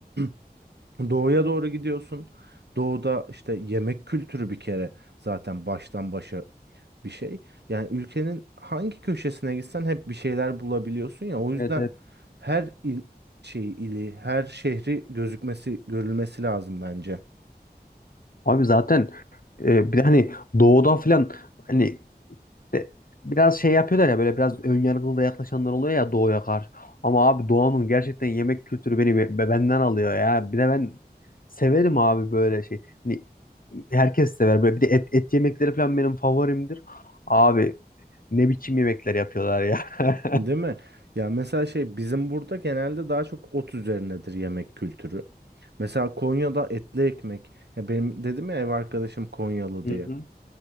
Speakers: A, on the right (about 85°); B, on the left (about 55°).
A: <clears throat> Doğuya doğru gidiyorsun. Doğuda işte yemek kültürü bir kere zaten baştan başa bir şey. Yani ülkenin hangi köşesine gitsen hep bir şeyler bulabiliyorsun ya. O yüzden
B: Evet evet.
A: her il, şey ili, her şehri gözükmesi, görülmesi lazım bence.
B: Abi zaten e, bir de hani doğuda falan hani de- biraz şey yapıyorlar ya böyle biraz önyargılı da yaklaşanlar oluyor ya doğuya karşı. Ama abi doğanın gerçekten yemek kültürü beni be- be- benden alıyor ya. Bir de ben severim abi böyle şey. Hani herkes sever böyle bir de et, et yemekleri falan benim favorimdir. Abi ne biçim yemekler yapıyorlar ya. <laughs>
A: Değil mi? Ya mesela şey bizim burada genelde daha çok ot üzerinedir yemek kültürü. Mesela Konya'da etli ekmek. Ya benim dedim ya ev arkadaşım Konyalı
B: Hı
A: diye.
B: hı.